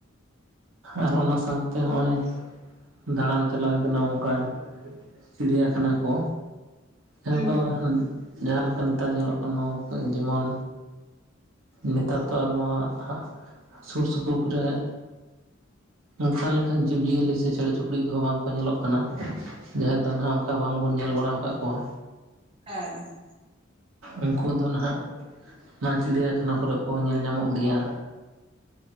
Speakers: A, on the right (about 85°); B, on the right (about 25°).
A: ᱟᱨ ᱚᱱᱟ ᱥᱟᱶᱛᱮ ᱦᱚᱸᱜᱼᱚᱭ ᱫᱟᱬᱟᱱ ᱪᱟᱞᱟᱣ ᱦᱩᱭ ᱠᱟᱱᱟ ᱚᱱᱠᱟ ᱪᱤᱲᱤᱭᱟᱠᱷᱟᱱᱟ ᱠᱚ᱾ ᱡᱟᱦᱟᱸ
B: ᱦᱩᱸ
A: ᱫᱚ
B: ᱦᱩᱸ
A: ᱡᱟᱦᱟᱸ ᱞᱮᱠᱟ ᱱᱮᱛᱟᱨ ᱧᱮᱞᱚᱜ ᱠᱟᱱᱟ ᱚ ᱡᱮᱢᱚᱱ ᱱᱮᱛᱟᱨ ᱛᱚ ᱱᱚᱣᱟ ᱥᱩᱨ ᱥᱩᱯᱩᱨ ᱠᱚᱨᱮᱜ ᱚᱱᱠᱟ ᱞᱮᱠᱟᱱ ᱡᱤᱵᱽᱡᱤᱭᱟᱹᱞᱤ ᱥᱮ ᱪᱮᱬᱮ ᱪᱩᱯᱲᱤᱡ ᱠᱚᱦᱚᱸ ᱵᱟᱝᱠᱚ ᱧᱮᱞᱚᱜ ᱠᱟᱱᱟ᱾ ᱡᱟᱦᱟᱸ ᱨᱮ ᱫᱚ ᱱᱟᱦᱟᱜ ᱚᱱᱠᱟ ᱵᱟᱝᱵᱚᱱ ᱧᱮᱞ ᱵᱟᱲᱟᱣ ᱟᱠᱟᱫ ᱠᱚᱣᱟ᱾
B: ᱦᱮᱸ᱾
A: ᱩᱱᱠᱩ ᱫᱚ ᱱᱟᱦᱟᱜ ᱚᱱᱟ ᱪᱤᱲᱤᱭᱟᱠᱷᱟᱱᱟ ᱠᱚᱨᱮᱜ ᱠᱚ ᱧᱮᱞ ᱧᱟᱢᱚᱜ ᱜᱮᱭᱟ᱾